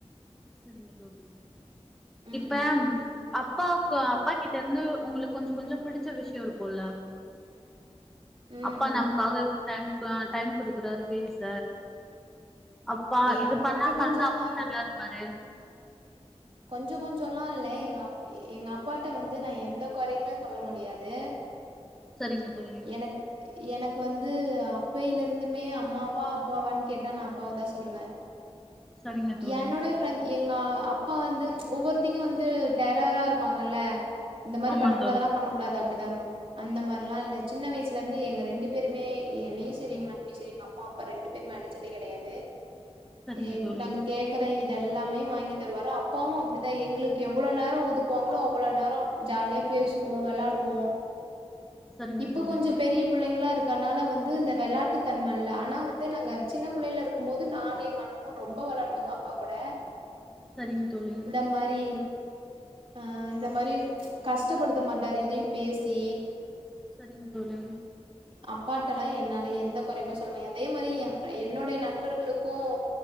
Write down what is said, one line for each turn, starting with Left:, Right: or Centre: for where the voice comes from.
Centre: செரிங்க தோழி
Right: ம்
Centre: இப்ப அப்பாவுக்கு அப்பா கிட்ட இருந்து உங்களுக்கு கொஞ்சம் கொஞ்சம் பிடிச்ச விஷயம் இருக்கும்ல
Right: ம்
Centre: அப்பா நமக்காகவே டம் டைம் குடுக்குறாரு பேச அப்பா
Right: ஏ
Centre: இது பண்ணாம
Right: கொஞ்ச கொஞ்ச
Centre: இருந்தா அப்படி
Right: நாள்
Centre: நல்லா இரு அது
Right: கொஞ்சம் கொஞ்சம்ல்லா இல்ல எங்க அப் எங்க அப்பாட்ட வந்து நான் எந்த குறையுமே சொல்ல முடியாது
Centre: சரிங்க தோழி
Right: எனக் எனக்கு வந்து அப்பையில இருந்துமே அம்மாவா அப்பாவான்னு கேட்டா நான் அப்பாவ தான் சொல்லுவேன்
Centre: சரிங்க தோழி
Right: என்னோடய பிரஃண் என் நா அப் அப்பா வந்து ஒவ்வொருத்திங்க வந்து டெரரா இருப்பாங்கல்ல இந்த மாரி
Centre: ஆமா
Right: பண்ணக்கூடாதுனா
Centre: தோழி
Right: பண்ணக்கூடாதுதா அப்டிதா இருக்கணும். அந்த மாரிலாம் இல்ல சின்ன வயசுல இருந்து எங்க ரெண்டு பேருமே என்னையும் செரி எங்க அண்ணனையும் செரி எங்க அம்மா அப்பா ரெண்டு பேருமே அடிச்சதே கெடையாது
Centre: சரிங்க
Right: எங்
Centre: தோழி
Right: நாங்க கேக்கற எல்லாமே வாங்கி தருவாரு அப்பாவும் அப்டிதா எங்களுக்கு எவ்வுளோ நேரோ ஒதுக்குவாங்களோ அவ்வளோ நேரோ ஜாலியா
Centre: சரிங்க
Right: பேசுவோ
Centre: தோழி
Right: வெளாடுவோ
Centre: சரிங்க
Right: இப்ப
Centre: தோழி
Right: கொஞ்சோ பெரிய பிள்ளைங்களா கனால வந்து இந்த வெளாட்டு தன்ம இல்ல ஆனா வந்து நாங்க சின்னப்புள்ளைல இருக்கும் போது நானு என் அண்ணனு ரொம்ப வெளாடுவோ எங்க அப்பாக்கூட
Centre: சரிங்க தோழி
Right: இந்த மாரி அ இந்த மாரி கஷ்டப்படுத்த மாட்டார் எதையு பேசி
Centre: சரிங்க தோழி
Right: அப்பாட்டலாம் என்னால எந்த கொறையுமே சொல்ல முடி அதே மாரி ஏ என்னுடைய நண்பர்களுக்கும்